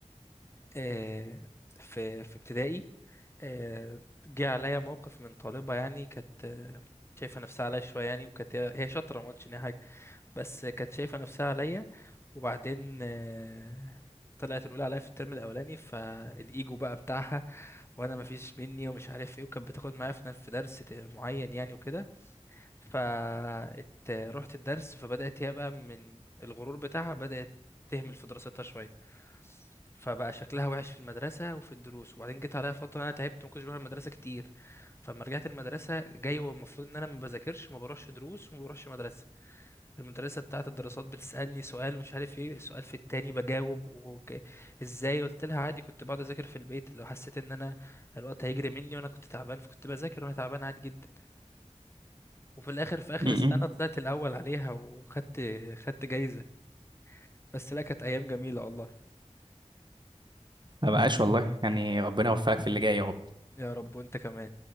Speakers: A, on the left; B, on the right.
A: آه، في في ابتدائي آه، جه عليا موقف من طالبة يعني كانت آه، شايفة نفسها عليا شوية يعني وكانت هي هي شاطرة ما قلتش إن هي حاجة بس كانت شايفة نفسها عليا وبعدين آه، طلعت الأولى عليا في الترم الأولاني فالإيجو بقى بتاعها وأنا مفيش مني ومش عارف إيه وكانت بتاخد معايا في نفس في درس ت- معين يعني وكده فرحت الدرس فبدأت هي بقى من الغرور بتاعها بدأت تهمل في دراستها شوية فبقى شكلها وحش في المدرسة وفي الدروس وبعدين جيت عليا فترة أنا تعبت ما كنتش بروح المدرسة كتير فلما رجعت المدرسة جاي والمفروض إن أنا ما بذاكرش ما بروحش دروس وما بروحش مدرسة المدرسة بتاعة الدراسات بتسألني سؤال مش عارف ايه السؤال في التاني بجاوب وك... ازاي قلت لها عادي كنت بقعد أذاكر في البيت لو حسيت إن أنا الوقت هيجري مني وأنا كنت تعبان فكنت بذاكر وأنا تعبان عادي جدا وفي الآخر في آخر
B: م-
A: السنة
B: م.
A: طلعت الأول عليها وخدت خدت جايزة بس لا كانت أيام جميلة والله
B: ما بقاش والله يعني ربنا يوفقك في اللي جاي يا رب.
A: يا رب وأنت كمان